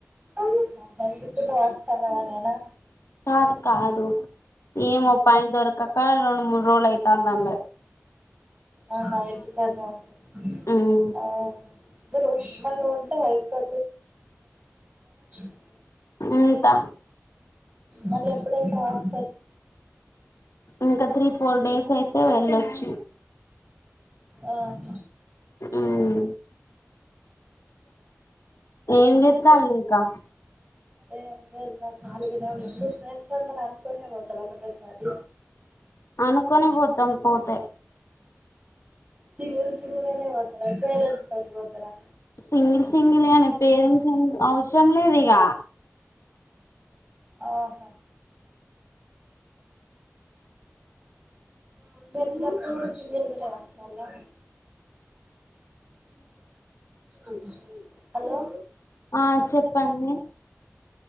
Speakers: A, on the right; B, on the left.
A: ఆహ్. డిత వస్త నైనా.
B: అది కాదు ఏమా పని దొరకాక రెండు మూడు. రోల్ అయితా అనిఅన్నది.
A: ఆహా ఇంటిపట్టునే ఉంటు
B: ఉమ్
A: అవును. మీరు మరి వంటా <unintelligible>
B: ఉంటా.
A: మళ్ళీ ఎప్పుడైత.
B: ఇంకా త్రీ ఫోర్ డేస్ అయితే వెళ్ళొచ్చు.
A: ఆహ్.
B: ఉమ్. ఏం చెస్తంలు
A: మీ ఫ్రె
B: ఇంకా.
A: ఏం లేదురా ఖాళీగానే ఉన్నాం మీ ఫ్రెండ్స్ అందరు అనుకునే పోతారు ఒకటేసారి.
B: అనుకొనే పోతాం పోతే.
A: సింగిల్ సింగిల్ గానే పోతారా పేరెంట్స్ తోటి పోతారా.
B: సింగిల్ సింగిల్ గానే పేరెంట్స్ ఎందు అవసరం లేదు ఇక.
A: ఆహ్. ఇంటికొచ్చేటప్పుడు కుడ సింగిల్గానే వస్తారులే ఉమ్. హలో.
B: ఆ చెప్పండి